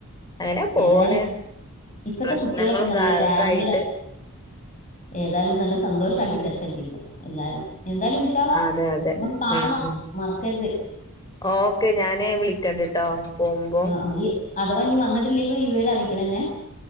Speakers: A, on the left; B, on the left.
A: അങ്ങനെ പോണ്
B: ഏതായാലും ഇപ്പത്തെ
A: പ്രശ്നങ്ങളും
B: കുട്ട്യേളൊക്കെ നല്ല ടാലന്റഡ്
A: ഒക്കെ ആയിട്ട്
B: ഏതായാലും നല്ല സന്തോഷാക്കി
A: ഉം
B: തരട്ടെ ജീവിതം എല്ലാരും എന്തായാലും ഇൻഷാല്ലാഹ്
A: അതെ അതെ
B: നമക്ക് കാണണം
A: ഉം ഉം
B: മറക്കര്ത്
A: ഓക്കെ ഞാന് വിളിക്കണ്ട്ട്ടൊ പോവുംമ്പൊ
B: ആ ആ ഈ അഥവാ ന്നി വന്നിട്ടില്ലെങ്കിൽ വിവരം അറിയിക്കണെ എന്നെ